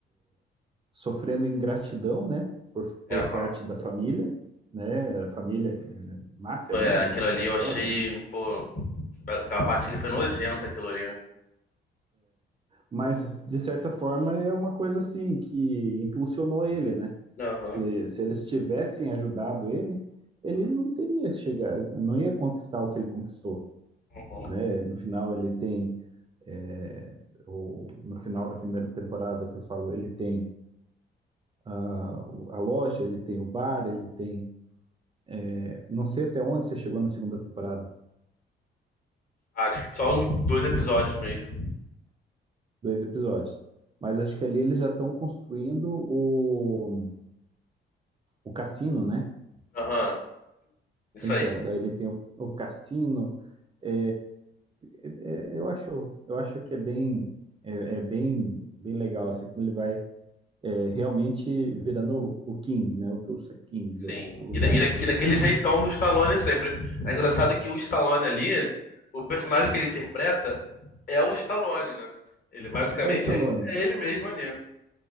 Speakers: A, on the right (about 25°); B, on the left (about 45°).
A: sofrendo ingratidão, né, por, por
B: Aham.
A: parte da família, né, família eh, máfia,
B: É,
A: né,
B: aquilo ali
A: mafioso,
B: eu achei,
A: né, não.
B: pô, aquela parte ali foi nojenta, aquilo ali.
A: Mas de certa forma é uma coisa assim que impulsionou ele, né?
B: Aham.
A: Se, se eles tivessem ajudado ele, ele não teria chegado, não ia conquistar o que ele conquistou,
B: Uhum.
A: né? No final ele tem eh, o- no final da primeira temporada que eu falo, ele tem ah, a loja, ele tem o bar, ele tem, eh, não sei até onde você chegou na segunda temporada.
B: Acho que só uns dois episódios mesmo.
A: dois episódios. Mas acho que ali eles já estão construindo o, o cassino, né?
B: Aham. Isso
A: Então,
B: aí.
A: daí ele tem o, o cassino. é, é, é, eu acho, eu acho que é bem, é, é bem, bem legal, assim, como ele vai é, realmente virando o, o King, né? O Tulsa King
B: Sim.
A: do, do lugar
B: E, da- e, da- e
A: ali.
B: daquele jeitão do Stallone sempre. É engraçado que o Stallone ali, o personagem que ele interpreta é o Stallone, né? Ele basicamente
A: É o Stallone,
B: é ele mesmo ali.